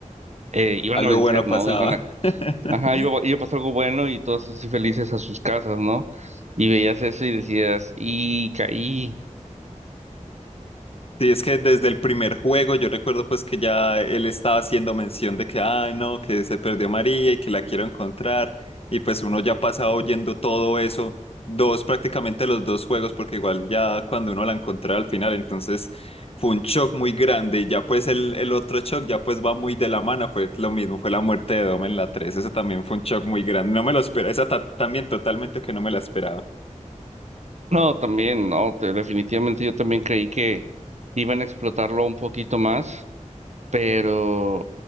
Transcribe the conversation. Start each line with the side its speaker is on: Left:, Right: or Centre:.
Right: eh, iban
Left: Algo
Right: a vencer,
Left: bueno pasaba.
Right: ¿no? Iban a,
Left: <laughs>
Right: ajá, iba, iba a pasar algo bueno y todos así felices a sus casas, ¿no? Y veías eso y decías, y caí,
Left: Sí, es que desde el primer juego yo recuerdo pues que ya él estaba haciendo mención de que, ay no, que se perdió María y que la quiero encontrar. Y pues uno ya pasaba oyendo todo eso, dos prácticamente los dos juegos, porque igual ya cuando uno la encontraba al final, entonces fue un shock muy grande. Y ya pues el, el otro shock ya pues va muy de la mano, fue lo mismo, fue la muerte de Dom en la tres eso también fue un shock muy grande. No me lo esperaba, esa ta- también totalmente que no me la esperaba.
Right: No, también, no, te- definitivamente yo también creí que iban a explotarlo un poquito más, pero